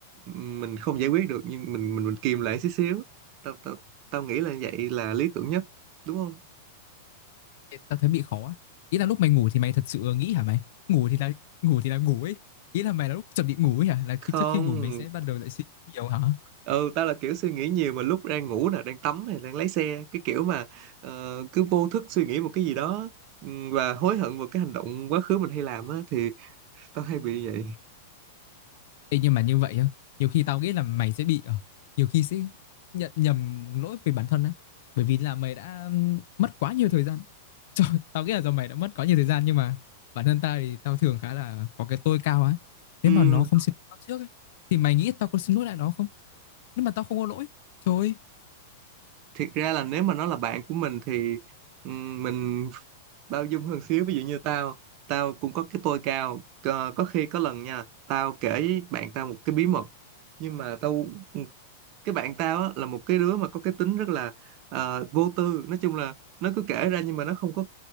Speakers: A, on the right (about 45°); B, on the left (about 60°).
A: mình không giải quyết được nhưng mình mình mình kìm lại xíu xíu tao tao tao nghĩ là vậy là lý tưởng nhất đúng không
B: tao thấy bị khó á. Ý là lúc mày ngủ thì mày thật sự nghĩ hả mày? Ngủ thì là ngủ thì là ngủ ấy. Ý là mày là lúc chuẩn bị ngủ ấy hả? Là khi
A: không
B: trước khi ngủ mày sẽ bắt đầu lại suy nghĩ nhiều hả?
A: ừ tao là kiểu suy nghĩ nhiều mà lúc đang ngủ nè đang tắm hay đang lái xe cái kiểu mà ờ, cứ vô thức suy nghĩ một cái gì đó ừm, và hối hận một cái hành động quá khứ mình hay làm á thì tao hay bị vậy
B: Ê, nhưng mà như vậy á, nhiều khi tao nghĩ là mày sẽ bị ờ, nhiều khi sẽ nhận nhầm lỗi về bản thân á. Bởi vì là mày đã ừm, mất quá nhiều thời gian. <laughs> Trời, tao nghĩ là do mày đã mất quá nhiều thời gian nhưng mà bản thân tao thì tao thường khá là có cái tôi cao á.
A: Ừm,
B: Nếu mà nó không xin lỗi tao trước ấy thì mày nghĩ tao có xin lỗi lại nó không? Nếu mà tao không có lỗi, trời ơi,
A: thiệt ra là nếu mà nó là bạn của mình thì ừm, mình bao dung hơn xíu ví dụ như tao tao cũng có cái tôi cao Ờ, có khi có lần nha tao kể với bạn tao một cái bí mật nhưng mà tao cái bạn tao á, là một cái đứa mà có cái tính rất là ờ, vô tư nói chung là nó cứ kể ra nhưng mà nó không có